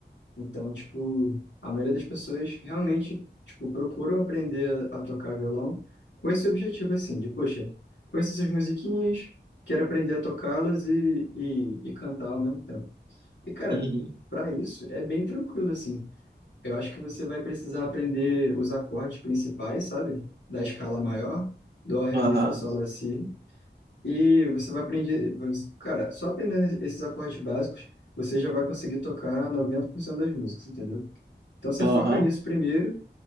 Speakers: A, on the left; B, on the right.
A: Então, tipo, a maioria das pessoas realmente, tipo, procuram aprender a tocar violão com esse objetivo, assim, de, poxa, conheço essas musiquinhas, quero aprender a tocá-las e, e, e cantar ao mesmo tempo. E, cara,
B: Uhum.
A: para isso é bem tranquilo, assim. Eu acho que você vai precisar aprender os acordes principais, sabe? Da escala maior, dó, ré,
B: Aham,
A: mi, fá, sol, lá, si. E você vai aprender. você- Cara, só aprendendo esses acordes básicos, você já vai conseguir tocar 90% das músicas, entendeu? Então você
B: aham.
A: foca nisso primeiro